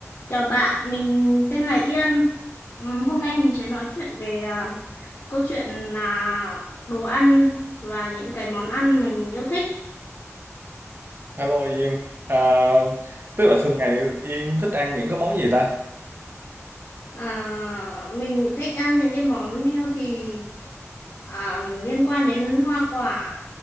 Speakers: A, on the left; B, on the right.
A: Chào bạn, mình tên là Yên. Ừm, Hôm nay mình sẽ nói chuyện về à, câu chuyện là đồ ăn và những cái món ăn mình yêu thích.
B: Hello Yên, à, tức là thường ngày Yên thích ăn những cái món gì ta?
A: À, mình thích ăn những cái món healthy à, liên quan đến hoa quả,